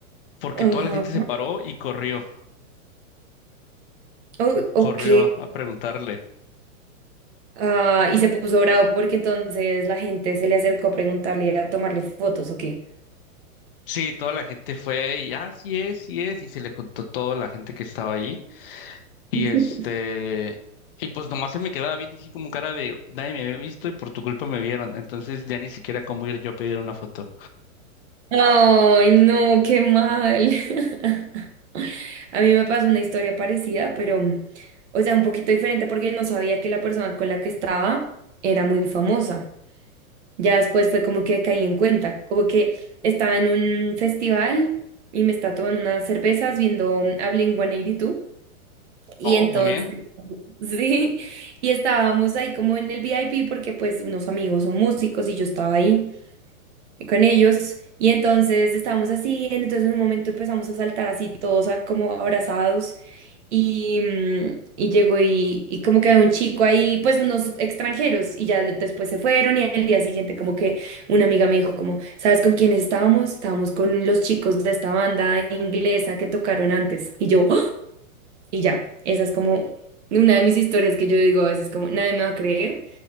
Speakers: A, on the left; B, on the right.
A: porque
B: Ajá.
A: toda la gente se paró y corrió,
B: O- ok.
A: corrió a a preguntarle.
B: Ah, y se puso bravo porque entonces la gente se le acercó a preguntarle y a tomarle fotos, ¿o qué?
A: Sí, toda la gente fue y, ah, sí es, sí es. Y se le contó toda la gente que estaba ahí. Y
B: <laughs>
A: este, y pues nomás se me quedaba viendo así como cara de nadie me había visto y por tu culpa me vieron. Entonces ya ni siquiera cómo ir yo a pedir una foto.
B: Ay, no, qué mal. <laughs> A mí me pasó una historia parecida, pero, mm, o sea, un poquito diferente porque no sabía que la persona con la que estaba era muy famosa. Ya después fue como que caí en cuenta, como que estaba en un festival y me está tomando unas cervezas viendo um, a Blink-182. Y dos.
A: Oh,
B: Y entonces
A: muy bien.
B: Sí, y estábamos ahí como en el VIP porque pues unos amigos son músicos y yo estaba ahí con ellos y entonces estábamos así, en- entonces en un momento empezamos a saltar así todos a- como abrazados y, mm, y llegó y, y como que había un chico ahí, pues unos extranjeros y ya después se fueron y al día siguiente como que una amiga me dijo como, ¿sabes con quién estábamos? Estábamos con los chicos de esta banda inglesa que tocaron antes y yo... Y ya, esa es como una de mis historias que yo digo a veces como nadie me va a creer,